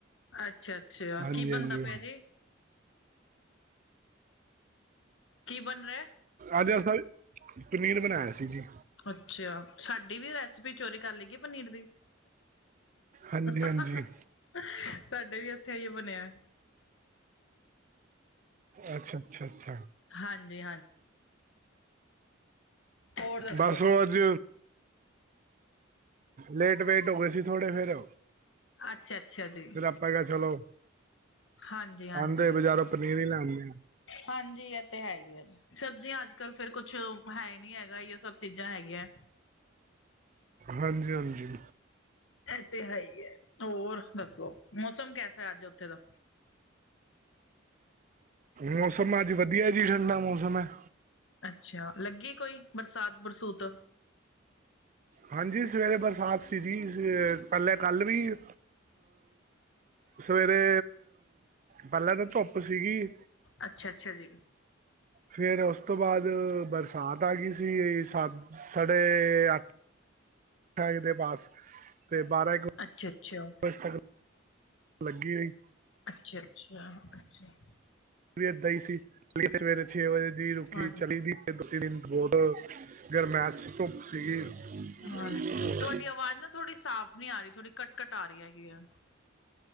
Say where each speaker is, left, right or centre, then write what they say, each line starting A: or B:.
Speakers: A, on the left; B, on the right.
A: ਅੱਛਾ ਅੱਛਾ
B: ਹਾਂਜੀ-ਹਾਂਜੀ।
A: ਕੀ ਬਣਦਾ ਪਿਆ ਜੀ ਕੀ ਬਣ ਰਿਹਾ?
B: ਅੱਜ, ਅਸਲ ਪਨੀਰ ਬਣਾਇਆ ਸੀ ਜੀ।
A: ਅੱਛਾ, ਸਾਡੀ ਵੀ ਰੈਸਿਪੀ, ਚੋਰੀ ਕਰ ਲਈ ਗਈ ਪਨੀਰ ਦੀ।
B: ਹਾਂਜੀ
A: ਆਹ
B: ਹਾਂਜੀ
A: ਆਹ, ਸਾਡੇ ਵੀ ਇੱਥੇ ਹੀ ਬਣਿਆ
B: ਅੱਛਾ, ਅੱਛਾ, ਅੱਛਾ।
A: ਹਾਂਜੀ-ਹਾਂਜੀ ਹੋਰ ਦੱਸੋ?
B: ਬਸ ਉਹ ਅੱਜ ਲੇਟ ਵੈਟ ਹੋ ਗਏ ਸੀ, ਥੋੜੇ ਫੇਰ
A: ਅੱਛਾ ਅੱਛਾ ਜੀ
B: ਫਿਰ, ਆਪਾਂ ਕ ਚਲੋ
A: ਹਾਂਜੀ ਹਾਂਜੀ
B: ਆਂਦੇ, ਬਜਾਰੋਂ ਪਨੀਰ, ਹੀ ਲੈ ਆਂਦੇ?
A: ਹਾਂਜੀ, ਇਹ ਤਾਂ ਹੈ ਏ ਸਬਜ਼ੀਆਂ ਅੱਜ ਕੱਲ, ਫੇਰ ਕੁੱਛ ਹੈ ਨੀ ਹੈਗਾ, ਸਬ ਹੋਰ, ਚੀਜ਼ਾਂ ਹੈਗੀਆਂ
B: ਹਾਂਜੀ-ਹਾਂਜੀ।
A: ਐਹ ਤੇ, ਹੈ ਹੀ ਏ ਹੋਰ ਦੱਸੋ, ਮੌਸਮ ਕੈਸਾ ਅੱਜ ਉੱਥੇ ਦਾ?
B: ਮੌਸਮ, ਅੱਜ ਵਧੀਆ ਜੀ, ਠੰਡਾ ਮੌਸਮ ਹੈ।
A: ਅੱਛਾ, ਲੱਗੀ ਕੋਈ ਬਰਸਾਤ-ਬਰਸੂਤ
B: ਹਾਂਜੀ, ਸਵੇਰੇ ਬਰਸਾਤ ਸੀ ਜੀ, ਪਹਿਲੇ ਕੱਲ੍ਹ ਵੀ ਸਵੇਰੇ, ਪਹਿਲਾਂ ਤਾਂ ਧੁੱਪ ਸੀ।
A: ਅੱਛਾ-ਅੱਛਾ ਜੀ।
B: ਫੇਰ ਉਸ ਤੋਂ ਬਾਅਦ, ਬਰਸਾਤ ਆ ਗਈ ਸੀ ਸਤ, ਸਾਡੇ ਅਠ ਏਦੇ ਪਾਸ ਤੇ ਬਾਰਾਂ, ਏਕ
A: ਅੱਛਾ-ਅੱਛਾ।
B: <inaudible> ਲੱਗੀ ਰਹੀ,
A: ਅੱਛਾ-ਅੱਛਾ-ਅੱਛਾ <inaudible>
B: ਪ੍ਰੀਤ ਇੱਥੇ ਹੀ ਸੀ, ਪ੍ਰੀਤ ਨੇ ਸਵੇਰੇ ਛੇ ਵਜੇ ਦੀ ਭੁੱਖੀ
A: ਹਾਂਜੀ।
B: ਚਲੀ ਦੀ ਗਈ, ਦੂਜੇ ਦਿਨ ਬਹੁਤ ਗ੍ਰਮੇਸ ਸੀ, ਧੁੱਪ ਸੀ।
A: ਹਾਂਜੀ ਤੁਹਾਡੀ ਆਵਾਜ਼ ਨਾ, ਥੋੜੀ ਸਾਫ਼ ਹੁਣੇ ਆ ਰਹੀ ਹੈ, ਥੋੜੀ ਕਟ-ਕਟ ਆ ਰਹੀ ਹੈਗੀ, ਆ